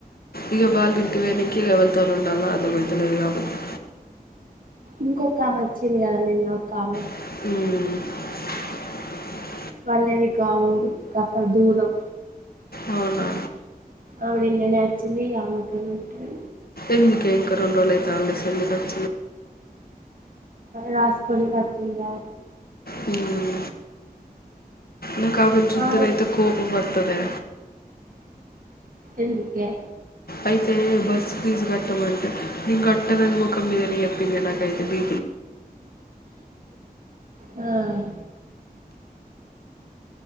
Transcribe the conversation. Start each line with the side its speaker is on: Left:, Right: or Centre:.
Left: ఇగ వాళ్ళు ఇంటి పోయినంక ఈ ఎవల్తో ఉండాల అర్థ మైతలేదు కాబట్టి
Right: ఇంకొ ఆమె వచ్చింది కద నిన్న ఒక ఆమె
Left: మ్మ్
Right: వాళ్ళది గా వురు అక్కడ దూరం
Left: అవునా
Right: అమే నిన్ననేచంది ఇగ అమే తోనీ వున్న
Left: ఎందుకే ఇంక రెండోలు హాలిడేస్ ఎందుకోచ్
Right: హాస్పిటల్ వచ్చిందా
Left: హ్మ్ నీకా చుద్దర
Right: ఆమె
Left: ఐతే కోపం వద్ తదే
Right: ఎందుకే
Left: అయితే బస్సు ఫీజ్ కట్టమంట నిం గట్ట నన్ మొకం మీదే ఎప్పింది నాకైతే బీ
Right: ఆ